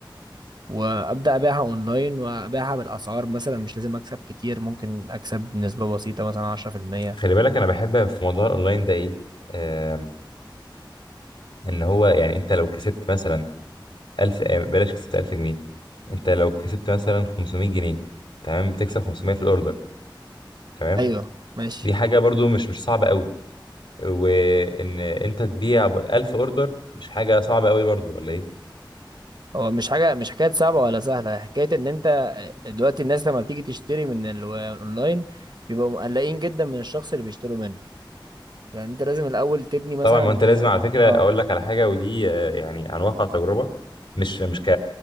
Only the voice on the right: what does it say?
وابدا ابيعها اونلاين وابيعها بالاسعار مثلا مش لازم اكسب كتير ممكن اكسب نسبه بسيطه مثلا 10%
ايوه ماشي
هو مش حاجه مش حكايه صعبه ولا سهله حكايه ان انت دلوقتي الناس لما بتيجي تشتري من ال- الاونلاين بيبقوا مقلقين جدا من الشخص اللي بيشتروا منه يعني انت لازم الاول تبني مثلا
اه